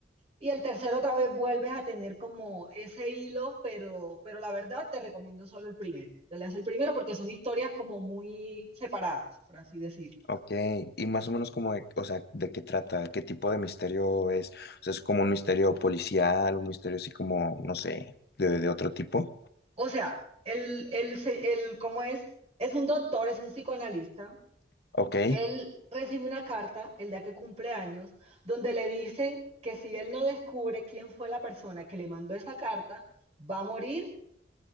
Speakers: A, on the right; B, on the left.
A: y el tercero otra vez vuelves a tener como ese hilo, pero, pero la verdad te recomiendo solo el primero. Te leas el primero porque son historias como muy separadas, por así decirlo.
B: Ok, y más o menos como de, o sea, ¿de qué trata? ¿Qué tipo de misterio es? O sea, ¿es como un misterio policial, un misterio así como, no sé, de, de otro tipo?
A: O sea, el, el, se- el, ¿cómo es? Es un doctor, es un psicoanalista
B: Ok.
A: Él recibe una carta el día que cumple años, donde le dicen que si él no descubre quién fue la persona que le mandó esa carta, va a morir